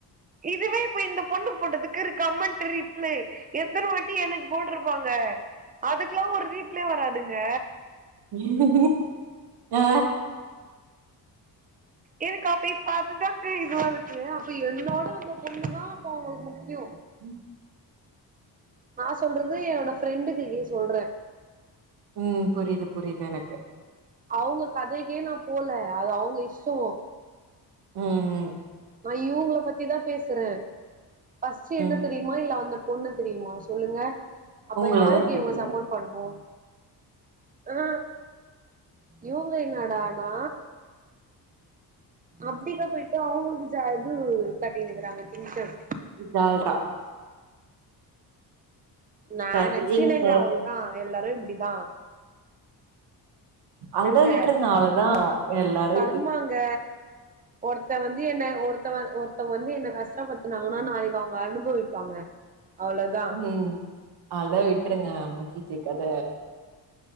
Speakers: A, on the right; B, on the right.
A: இதுவே இப்ப இந்த பொண்ணு போட்டதுக்கு கமெண்ட் ரிப்ளே எத்தன வாட்டி எனக்கு போட்ருப்பாங்க அதுக்லா ஒரு ரீப்ளே வராதுங்க
B: அய்யோ ஆ
A: எனக்கா போய் பாத்துதா இதுவா இருக்கு அப்ப என்னோட அந்த பொண்ணு தா அப்ப உங்களுக்கு முக்யு
B: உம்
A: நா சொல்றது என்னோட ஃப்ரெண்டுகிக்கு சொல்றே
B: உம் புரியுது புரியுது எனக்கு
A: அவுங்க கதைக்கே நா போல அது அவுங்க இஷ்டோ
B: உம் ம்
A: அய்யோ உங்கள பத்திதா பேசுறே ஃபஸ்ட் என்ன
B: ம்
A: தெரியுமா இல்ல அந்த பொண்ணத் தெரியுமா சொல்லுங்க அப்ப
B: உங்களதா
A: யாருக்கு
B: தெரியு
A: இவுங்க சப்போர்ட் பண்ணு ஆ இவுங்க என்னடானா அப்டிதா போயிட்டு அவுங்களுக்கு சது கட்டினு இருக்காங்க சின்ச்சர்ஸ்
B: இ ஜால்ரா
A: நா
B: ஜட்ஜிங்
A: நென்ச்சுனேங்க
B: பர்ப்
A: அவ்ள்தா எல்லாரு இப்டிதா இல்லங்க
B: அத விட்ருங்க அவ்ளதா எல்லாரு
A: கர்மாங்க
B: இப்டிதா
A: ஒருத்த வந்து என்ன ஒர் த்தவ ஒருத்தவங்க வந்து என்ன கஷ்டப்பத்துனாங்கன்னா நாளைக்கு அவங்க அனுபவிப்பாங்க அவ்ளோதா
B: ஹ்ம் அவள்தா விட்ருங்க முச்சிச்சி கத